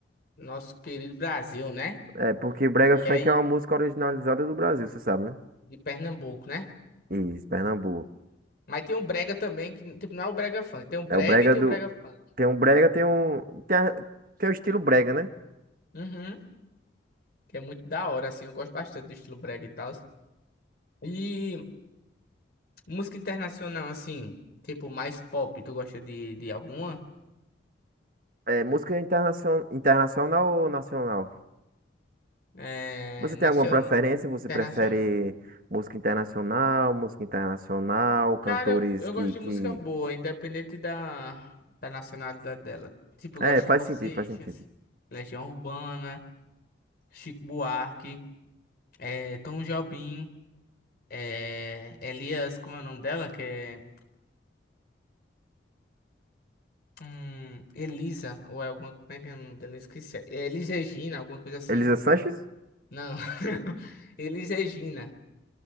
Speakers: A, on the left; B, on the right.
A: Nosso querido Brasil, né?
B: É, porque o brega
A: E
B: funk
A: aí,
B: é uma música originalizada do Brasil, você sabe, né?
A: de Pernambuco, né?
B: Isso, Pernambuco.
A: Mas tem um brega também, que tipo, não é o brega funk, tem o brega
B: É o brega
A: e tem
B: do,
A: o brega funk.
B: Tem um brega, tem um. Tem, a- tem o estilo brega, né?
A: Uhum. que é muito da hora, assim. Eu gosto bastante do estilo brega e tal. E música internacional, assim, tipo mais pop, tu gosta de, de alguma?
B: É música internacion- internacional ou nacional?
A: É,
B: Você
A: nacional,
B: tem alguma preferência? Você
A: internacional.
B: prefere música internacional, música internacional, cantores
A: Cara, eu, eu
B: que,
A: gosto de
B: que...
A: música boa, independente da, da nacionalidade dela. Tipo, eu
B: É,
A: gosto
B: faz
A: de Raul
B: sentido,
A: Seixas,
B: faz sentido.
A: Legião Urbana, Chico Buarque, é, Tom Jobim, é, Elias, como é o nome dela? Que é hum, Elisa, ou é alguma, como é que é o nome dela? Eu Esqueci. É Elis Regina, alguma coisa assim.
B: Elisa Sanches?
A: Não. <laughs> Elis Regina.